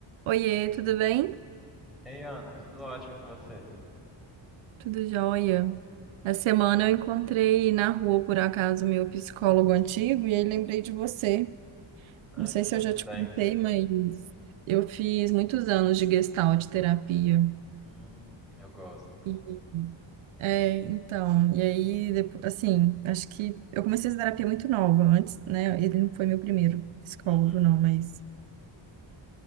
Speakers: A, on the right; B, in the centre.
A: Oiê, tudo bem?
B: Ei, Ana, tudo ótimo e com você?
A: Tudo jóia. Essa semana eu encontrei na rua, por acaso, meu psicólogo antigo e aí lembrei de você.
B: Ah,
A: Não sei
B: que
A: se
B: coincidência.
A: eu já te contei, mas eu fiz muitos anos de gestalt terapia.
B: Hum, eu gosto.
A: E, é, então, e aí, depois, assim, acho que eu comecei essa terapia muito nova antes, né? Ele não foi meu primeiro psicólogo,
B: Uhum,
A: não, mas